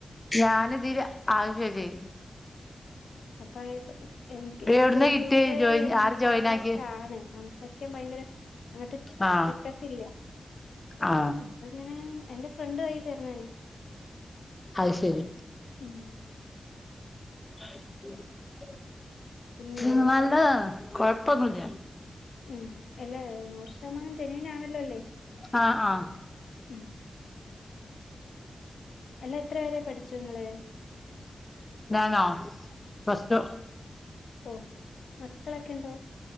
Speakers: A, on the left (about 20°); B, on the left (about 85°).
A: ഞാന് ഇതില് അയ് ശെരി.
B: അപ്പായിപ്പം എനിക്ക്
A: എവിടുന്ന്
B: ഞാൻ പൊതുവെ
A: കിട്ടിയ ജോയിൻ
B: ഇൻട്രോവേട്ടാണ്
A: ആര് ജോയിൻ ആക്കി
B: സംസാരിക്കാൻ ഭയങ്കര അങ്ങട്ട്
A: ആ
B: കിട്ടത്തില്ല
A: ആ
B: അപ്പങ്ങനെ എന്റെ ഫ്രണ്ട് വഴി ചേർന്നന്നെ.
A: അത് ശരി.
B: ഉം
A: <inaudible>
B: പിന്നെ
A: നല്ലതാ കൊഴപ്പൊന്നില്ല.
B: ഉം അല്ലേ നൂറ് ശതമാനം ജെനുവിനാണല്ലോ അല്ലേ
A: ആ ആ
B: ഉം അല്ല എത്ര വരെ പഠിച്ചുങ്ങള്?
A: ഞാനോ പ്ലസ്ടു
B: ഓ മക്കളക്കെണ്ടോ?